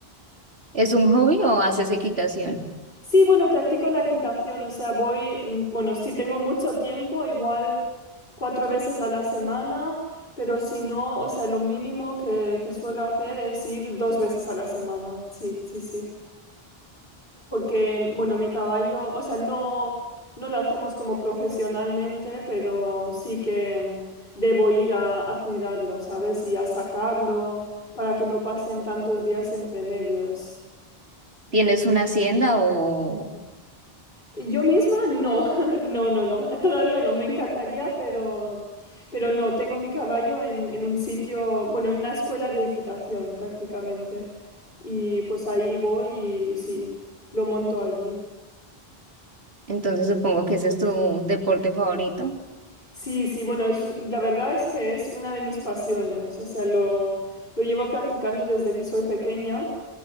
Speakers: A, on the right (about 85°); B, on the left (about 55°).
A: ¿Es un hobby o haces equitación?
B: Sí, bueno, practico la equitación, o sea, voy, mm, bueno, si tengo mucho tiempo, igual cuatro veces a la semana, pero si no, o sea, lo mínimo que, que suelo hacer es ir dos veces a la semana, sí, sí, sí, porque, bueno, mi caballo, o sea, no, no lo hacemos como profesionalmente, pero sí que debo ir a, a cuidarlo, ¿sabes? Y a sacarlo para que no pasen tantos días entre medios.
A: ¿Tienes una hacienda o
B: Yo misma no, <laughs> no, no, no, todavía no, me encantaría, pero, pero no, tengo mi caballo en, en un sitio, bueno, en una escuela de equitación prácticamente. Y pues ahí voy y sí, lo monto allí.
A: entonces supongo que ese es tu deporte favorito?
B: Sí, sí, bueno, es, un- la verdad es que es una de mis pasiones, o sea, lo, lo llevo practicando desde que soy pequeña.